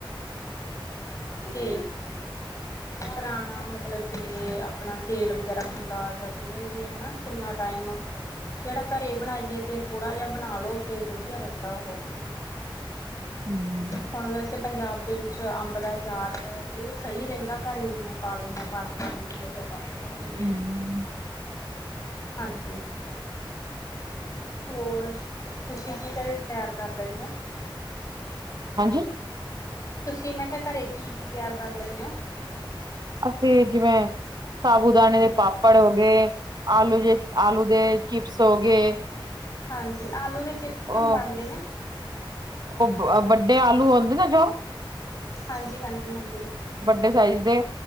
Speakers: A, on the left (about 40°); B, on the right (about 50°).
A: ਤੇ ਪੁਰਾਣਾ ਮ ਮਤਲਬ ਕਿ ਆਪਣਾ ਤੇਲ ਵਗੈਰਾ ਹੁੰਦਾ ਜਾਂ ਕਿਵੇਂ ਵੀ ਹੇਨਾ ਕਿੰਨਾ ਟਾਈਮ ਜਿਹੜਾ ਘਰੇ ਬਣਾਈਏ ਤੇ ਥੋੜ੍ਹਾ ਜਿਹਾ ਬਣਾ ਲਓ ਤੇ ਵਧੀਆ ਰਹਿੰਦਾ ਉਹ
B: ਹੰਮ
A: ਹੁਣ ਵੈਸੇ ਪੰਜਾਬ ਦੇ ਵਿੱਚ ਅੰਬ ਦਾ ਅਚਾਰ ਉਹ ਸਹੀ ਰਹਿੰਦਾ ਘਰ ਜਿਵੇਂ ਪਾ ਲੈਂਦੇ ਪੰਜ ਪੰਜ ਕਿੱਲੋ ਜਾਂ ਬਾਸ ਪਾ ਲੈਨੇ
B: ਹੂੰ,
A: ਆ ਹਾਂਜੀ ਹੋਰ ਤੁਸੀਂ ਕੀ ਤੇਰੇ ਤਿਆਰ ਕਰ ਲੈਂਦੇ ਹੋ?
B: ਹਾਂਜੀ?
A: ਤੁਸੀਂ ਮੈਂ ਕਿਹਾ ਘਰੇ ਕੀ ਕੀ ਤਿਆਰ ਕਰ ਲੈਂਦੇ ਹੋ?
B: ਅਸੀਂ ਜਿਵੇਂ ਸਾਾਬੂ ਦਾਣੇੇ ਦੇ ਪਾਪੜ ਹੋ ਗਏ ਆਲੂ ਜ ਆਲੂ ਦੇ ਚਿਪਸ ਹੋ ਗਏ
A: ਹਾਂਜੀ ਆਲੂ ਦੇ ਚਿਪਸ ਕਿਵੇਂ
B: ਉਹ
A: ਬਣਦੇ ਨੇ?
B: ਉਹ ਵੱਡੇ ਆਲੂ ਆਉਂਦੇ ਨਾ ਜੋ
A: ਹਾਂਜੀ ਹਾਂਜੀ ਹਾਂਜੀ
B: ਵੱਡੇ ਸਾਈਜ਼ ਦੇ